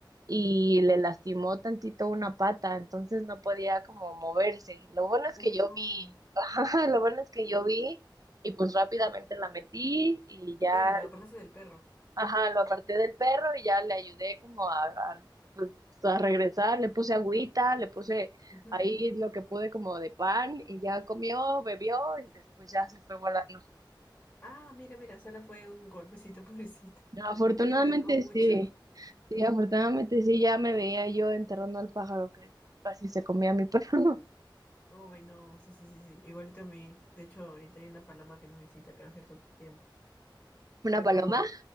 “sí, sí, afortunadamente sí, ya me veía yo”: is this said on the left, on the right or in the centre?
Right